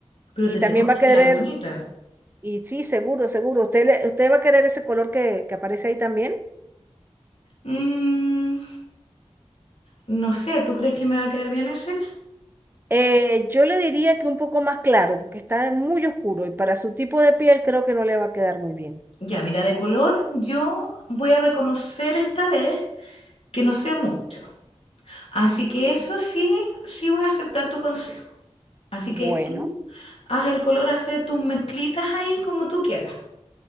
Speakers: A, on the left; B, on the right.
A: Pero
B: Y
A: te
B: también
A: tengo que
B: va a querer,
A: quedar bonita.
B: y sí, seguro, seguro, usted, le- usted va a querer ese color que, que aparece ahí también.
A: Mm, no sé, ¿tú crees que me va a quedar bien ese?
B: Eh, yo le diría que un poco más claro, porque está muy oscuro y para su tipo de piel creo que no le va a quedar muy bien.
A: Ya, mira, de color yo voy a reconocer esta vez que no sé mucho. Así que eso sí, sí voy a aceptar tu consejo. Así
B: Bueno,
A: que tú haz el color, hace tus mezclitas ahí como tú quieras.